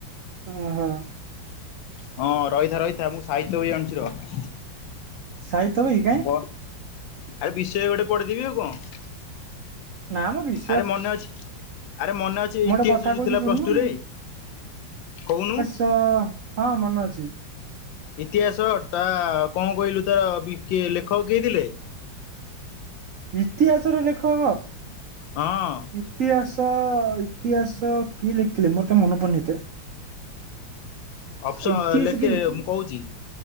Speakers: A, on the right; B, on the left.
A: ଓହୋ
B: ହଁ ରହିଥା ରହିଥା ମୁଁ ସାହିତ୍ୟ ବିହି ଆଣୁଛି ରହ।
A: ସାହିତ୍ୟ ବହି କାଇଁ?
B: କ ଆରେ ବିଷୟ ଗୋଟେ ପଢେଇଦେବି ଆଉ କଣ।
A: ନାମ ବିଷ
B: ଆରେ ମନେ ଅଛି ଆରେ ମନେ ଅଛି
A: ମୁଁ
B: ଇତିହାସ
A: ଗୋଟେ କଥା
B: ଯୋଉ
A: କହୁଛି
B: ଥିଲା
A: ଶୁଣୁନୁ
B: ପ୍ଲସ ଟୁ ରେ। କହୁନୁ।
A: ତ ହଁ ମନେ ଅଛି।
B: ଇତିହାସ ଟା କଣ କହିଲୁ ତାର କି ଲେଖକ କିଏ ଥିଲେ?
A: ଇତିହାସ ର ଲେଖକ।
B: ହଁ।
A: ଇତିହାସ ଇତିହାସ କିଏ ଲେଖିଥିଲେ ମୋର ତ ମନ ପଡୁନି ହେତେ।
B: ଅପସ
A: ଇତିହାସ
B: ଲେଖେ
A: କିଏ ଲେଖିଥିଲେ
B: ମୁଁ କହୁଛି